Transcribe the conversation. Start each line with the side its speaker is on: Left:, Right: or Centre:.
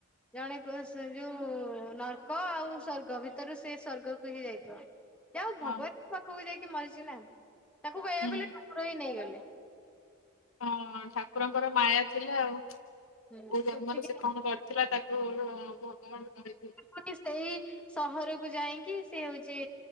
Centre: ଜଣେ କ <unintelligible> ଯୋଉ ନର୍କ ଆଉ ସର୍ଗ ଭିତରେ ସେ ସ୍ଵର୍ଗକୁ ହିଁ ଯାଇଥିବ। ଯାହା ହୋଉ ଭଗବାନ
Left: ଅ
Centre: ପାଖକୁ ଯାଇକି ମରିଚି ନା ତାକୁ <unintelligible>
Left: ହୁଁ।
Centre: କୁର ହିଁ ନେଇ ଗଲେ।
Left: ହଁ ଠାକୁରଙ୍କର ମାୟା ଥିଲା ଆଉ କୋଉ
Centre: ହୁଁ
Left: ଜନ୍ମରେ
Centre: ସେତିକି
Left: ସେ କଣ କରି ଥିଲା ତାକୁ ଭଗବାନ <unintelligible>
Centre: ହଁ କି ସେଇ ସହରକୁ ଯାଇଁକି ସେ ହଉଚି